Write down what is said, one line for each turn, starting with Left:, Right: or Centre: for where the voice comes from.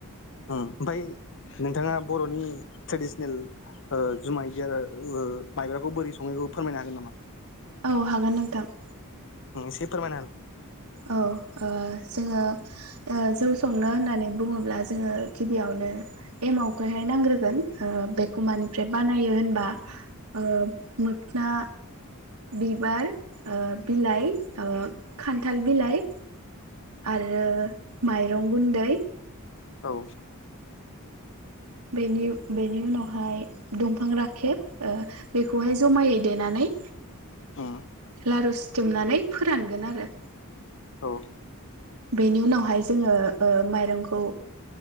Left: ओम ओमफाय नोंथाङा बर'नि ट्रेडिसनेल ओ जुमाय बियार ओ माइब्राखौ बोरै सङो इखौ फोरमायनो हागोन नामा?
Right: औ हागोन नोंथां।
Left: <unintelligible>
Right: औ ओ जोङो ओ जौ संनो होननानै बुङोब्ला जोङो गिबियावनो एमआवखौहाय नांग्रोगोन बेखौ मानिफ्राय बानायो होनबा ओ <unintelligible> दा बिबार ओ बिलाइ ओ खान्थाल बिलाइ आरो माइरं गुन्दै
Left: औ
Right: बेनि बेनि उनावहाय दंफां राखेब ओ बेखौहाय जमायै देनानै
Left: उम
Right: लारु सिथुमनानै फोरानगोन आरो।
Left: औ।
Right: बेनि उनावहाय जोङो ओ माइरंखौ